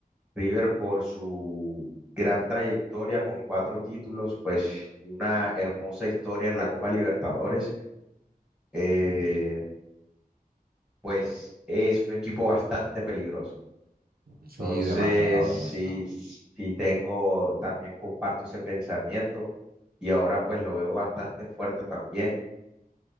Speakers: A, in the centre; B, on the right (about 75°).
A: River por su gran trayectoria con cuatro títulos, pues y una hermosa historia en la Copa Libertadores, eh, pues es un equipo bastante peligroso.
B: Sí,
A: Entonces,
B: demasiado,
A: sí,
B: demasiado.
A: sí tengo, también comparto ese pensamiento y ahora pues lo veo bastante fuerte también.